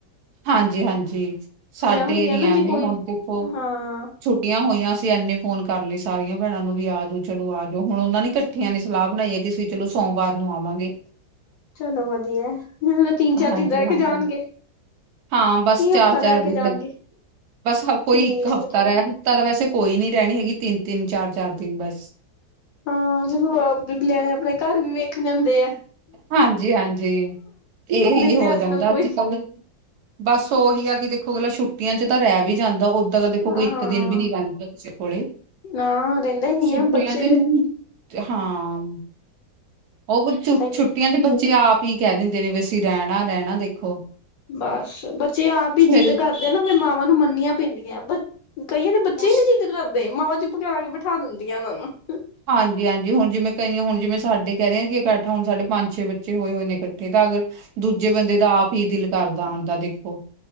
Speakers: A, on the right; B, on the left.
A: ਹਾਂਜੀ-ਹਾਂਜੀ, ਸਾਡੇ
B: ਮੈਂ ਉਹੀ ਕਿਹਾ
A: ਵੀ
B: ਨਾ
A: ਐਵੇਂ
B: ਜੇ ਕੋਈ
A: ਹੁਣ ਦੇਖੋ
B: ਹਾਂ
A: ਛੁੱਟੀਆਂ ਹੋਈਆਂ ਸੀ, ਐੰਨੇ ਫੋਨ ਕਰਲੇ ਸਾਰੀਆਂ ਭੈਣਾਂ ਨੂੰ ਵੀ ਆਜੋ, ਚਲੋ ਆਜੋ, ਹੁਣ ਉਹਨਾਂ ਨੇ ਇਕੱਠੀਆਂ ਨੇ ਸਲਾਹ ਬਣਾਈ ਏ ਕਿ, ਅਸੀਂ ਚਲੋ ਸੋਮਵਾਰ ਨੂੰ ਆਵਾਂਗੇ।
B: ਚਲੋ, ਵਧੀਆ ਹੁਣ ਤਿੰਨ-ਚਾਰ
A: ਹਾਂਜੀ
B: ਦਿਨ ਰਹਿ
A: ਹਾਂਜੀ
B: ਕੇ ਜਾਣਗੇ।
A: ਹਾਂ, ਬਸ
B: ਕੀ
A: ਚਾਰ-ਚਾਰ
B: ਹਫ਼ਤਾ ਰਹਿ
A: ਦਿਨ
B: ਕੇ ਜਾਣਗੇ
A: ਲੱਗੇ, ਬਸ ਕੋਈ
B: ਠੀਕ
A: ਇੱਕ ਹਫ਼ਤਾ
B: ਹੈ ਠੀਕ
A: ਰਹਿ ਤਾਂ, ਤਾਂ ਵੈਸੇ ਕੋਈ ਨੀ ਰਹਿਣੀ ਹੈਗੀ। ਤਿੰਨ-ਤਿੰਨ, ਚਾਰ-ਚਾਰ ਦਿਨ ਬਸ।
B: ਹਾਂ, ਜਲੋ ਅਗਲਿਆਂ ਨੇ ਆਪਣੇ ਘਰ ਵੀ ਵੇਖਣੇ ਹੁੰਦੇ ਐ।
A: ਹਾਂਜੀ-ਹਾਂਜੀ, ਇਹੀ
B: ਨਹੀਂ
A: ਹੋ
B: ਤੇ ਅੱਜ
A: ਜਾਂਦਾ
B: ਕੱਲ ਕੋਈ
A: ਅੱਜ-ਕੱਲ੍ਹ। ਬਸ ਉਹੀ ਆ ਕਿ ਦੇਖੋ, ਅਗਲਾ ਛੁੱਟੀਆਂ 'ਚ ਤਾਂ ਰਹਿ ਵੀ ਜਾਂਦਾ, ਉ ਦਾ ਤਾਂ ਦੇਖੋ,
B: ਹਾਂ
A: ਕੋਈ ਇੱਕ ਦਿਨ ਵੀ ਨੀ ਰਹਿੰਦਾ ਕਿਸੇ ਕੋਲ਼ੇ।
B: ਨਾ ਰਹਿੰਦਾ ਹੀ ਨਹੀਂ
A: ਛੁੱਟੀਆਂ
B: ਹੈ ਬੱਚੇ
A: 'ਚ ਵੀ ਨੀ। ਹਾਂ, ਉਹ ਫ਼ਿਰ
B: ਪਤਾ
A: ਛੁ
B: ਕੀ
A: ਕਹਿੰਦੇ, ਬੱਚੇ ਆਪ ਈ ਕਹਿ ਦਿੰਦੇ ਨੇ, ਵੀ ਅਸੀਂ ਰਹਿਣਾ-ਰਹਿਣਾ ਦੇਖੋ
B: ਬਸ, ਬੱਚੇ ਆਪ ਈ
A: ਫਿਰ
B: ਜ਼ਿੱਦ ਕਰਦੇ ਨਾ, ਫਿਰ ਮਾਵਾਂ ਨੂੰ ਮੰਨੀਆਂ ਪੈਂਦੀਆਂ ਬ ਕਈਆਂ ਦੇ ਬੱਚੇ
A: ਕੁਛ
B: ਈ ਨੀ ਜਿੱਦ ਕਰਦੇ, ਮਾਵਾਂ ਚੁਪ ਕਰਾਕੇ ਬਿਠਾ ਦਿੰਦੀਆਂ ਉਹ ਨੂੰ।
A: ਹਾਂਜੀ-ਹਾਂਜੀ ਹੁਣ ਜਿਵੇਂ ਕਈ ਏ, ਹੁਣ ਜਿਵੇਂ ਸਾਡੇ ਕਹਿ ਰਹੇ ਆ ਕਿ ਇਕੱਠਾ, ਹੁਣ ਸਾਡੇ ਪੰਜ-ਛੇ ਬੱਚੇ ਹੋਏ-ਹੋਏ ਨੇ ਇਕੱਠੇ ਤਾਂ ਅਗਰ ਦੂਜੇ ਬੰਦੇ ਦਾ ਆਪ ਹੀ ਦਿਲ ਕਰਦਾ ਆਂਣ ਦਾ ਦੇਖੋ।